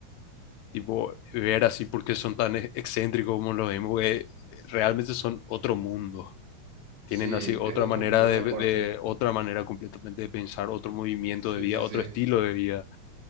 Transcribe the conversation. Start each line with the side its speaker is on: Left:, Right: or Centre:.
Left: tipo ver así por qué son tan e- excéntricos como lo vemos, porque realmente son otro mundo. tienen
Right: Sí,
Left: así otra
Right: es otro
Left: manera
Right: mundo,
Left: de,
Right: es aparte.
Left: de- otra manera completamente de pensar, otro movimiento
Right: Sí,
Left: de vida,
Right: sí,
Left: otro
Right: sí.
Left: estilo de vida.